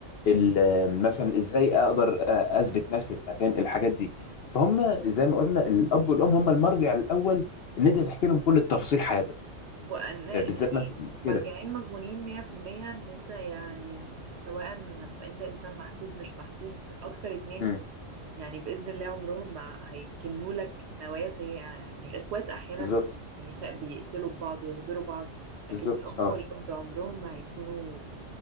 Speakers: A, on the left (about 60°); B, on the right (about 65°).
A: ال- مثلا ازاي اقدر آه، اثبت نفسي في مكان الحاجات دي فهم زي ما قلنا الاب والام هم المرجع الاول ان انت تحكي لهم كل تفاصيل حياتك
B: وان يعني
A: آه، بالذات مثلا
B: مرجعين
A: كده
B: مضمونين 100% ان انت يعني سواء انت انسان محسود مش محسود اكتر اتنين
A: امم
B: يعني بإذن الله عمرهم ما هيكنوا لك نوايا سيئة يعني الإخوات أحيانا
A: بالظبط
B: بيخ... بيقتلوا بعض يغدروا بعض لكن
A: بالظبط
B: الأم
A: اه
B: والأب عمرهم ما هيكونوا